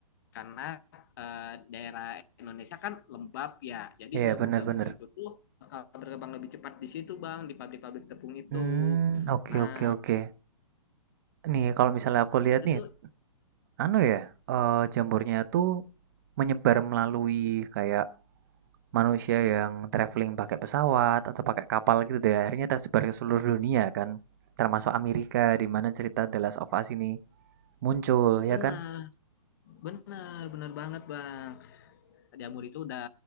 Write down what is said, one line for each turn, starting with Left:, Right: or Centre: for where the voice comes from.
Left: karena eh, daerah Indonesia kan lembab ya. Jadi
Right: Iya,
Left: jamur-jamur
Right: bener bener.
Left: itu tuh bakal berkembang lebih cepat di situ, Bang, di pabrik-pabrik tepung itu.
Right: Mmm, oke
Left: Nah,
Right: oke oke. Nih, kalau misalnya aku lihat
Left: itu
Right: nih,
Left: tuh
Right: anu ya, eee, jambornya tuh menyebar melalui kayak manusia yang traveling pakai pesawat atau pakai kapal gitu deh, akhirnya tersebar ke seluruh dunia kan, termasuk Amerika di mana cerita The Last of Us ini muncul, ya
Left: benar,
Right: kan?
Left: benar, benar banget, Bang. jamur itu udah